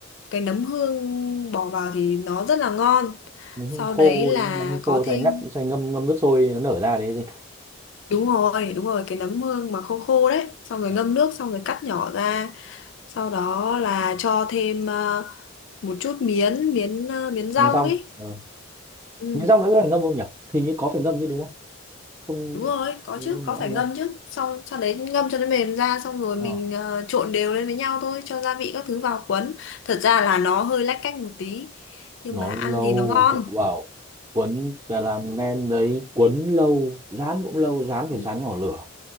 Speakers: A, on the left (about 60°); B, on the right (about 20°).
A: Cái nấm hương bỏ vào thì nó rất là ngon.
B: Nấm
A: Sau
B: hương khô
A: đấy là
B: đấy, nấm hương
A: có
B: khô
A: thêm
B: xay ngắt, xay ngâm ngâm nước sôi nó nở ra đấy gì?
A: đúng rồi, đúng rồi cái nấm hương mà khô khô đấy, xong rồi
B: Ờ.
A: ngâm nước xong rồi cắt nhỏ ra. sau đó là cho thêm ờ, một chút miến miến ờ, miến rong
B: Miến rong.
A: ấy
B: Ờ.
A: Ừ.
B: Miến rong đấy có phải ngâm không nhỉ? Thì như có phải ngâm chứ đúng không? không
A: đúng rồi có
B: lâu
A: chứ
B: nữa
A: có
B: rồi
A: phải ngâm
B: không
A: chứ sau sau đấy ngâm cho nó mềm ra xong rồi mình
B: Ờ,
A: ờ, trộn đều lên với nhau thôi cho gia vị các thứ vào cuốn thật ra là nó hơi lách cách một tí nhưng
B: nó
A: mà ăn
B: lâu
A: thì nó ngon
B: cậu bảo quấn là làm nem đấy quấn lâu rán cũng lâu rán phải
A: Ừ.
B: rán nhỏ lửa